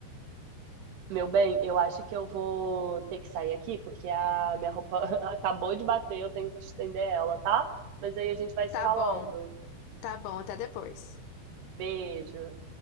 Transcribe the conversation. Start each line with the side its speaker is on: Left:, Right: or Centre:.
Right: Meu bem, eu acho que eu vou ter que sair aqui, porque a minha roupa <laughs> acabou de bater, eu tenho que estender ela, tá? Mas aí a gente vai se
Left: Tá
Right: falando.
Left: bom, tá bom, até depois.
Right: Beijo.